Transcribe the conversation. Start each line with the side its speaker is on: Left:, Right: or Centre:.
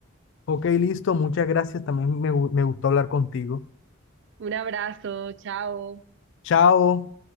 Left: Ok, listo. Muchas gracias. También me, gu- me gustó hablar contigo.
Right: Un abrazo, chao.
Left: Chao.